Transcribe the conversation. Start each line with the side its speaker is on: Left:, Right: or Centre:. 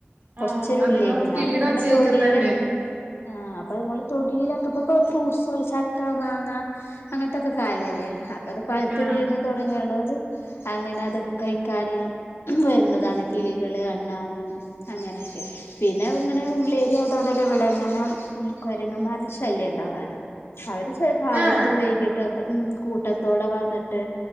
Right: ആ,
Left: കൊർച്ചൊരു
Right: അതാ
Left: ഉള്ളേരിയാണ്
Right: ഞാൻ കിളിയുടെ
Left: അപ്പങ്ങനെ
Right: ഒച്ച കേക്കുന്നുണ്ട്.
Left: തൊടീലൊക്കെ ആഹ് അപ്പ നമ്മള് തൊടീലൊക്കെ ഇപ്പ പോയ ഫ്രൂട്ട്സ്കള് ചക്ക മാങ്ങ അങ്ങൻത്തൊക്കെ കാലല്ലേ അപ്പൊ അത് പഴുത്ത്
Right: ആ.
Left: വീണ് തൊടങ്ങേണ്ടൊര് അങ്ങനെ അത് കഴിക്കാന് വരുന്നതാണ് കിളികള് അണ്ണാന് അങ്ങനെക്കെ പിന്നെ അതിങ്ങനെ ഉള്ളേരിയാതോണ്ടന്നെ ഇവടെ ഇങ്ങനെ ഈ കൊരങ്ങന്മാരുടെ ശല്യണ്ടാവാറ്ണ്ട്. അവര് കാലത്ത്
Right: ആ,
Left: വൈകീട്ട് ഹ്മ്മ് കൂട്ടത്തോടെ വന്ന്ട്ട്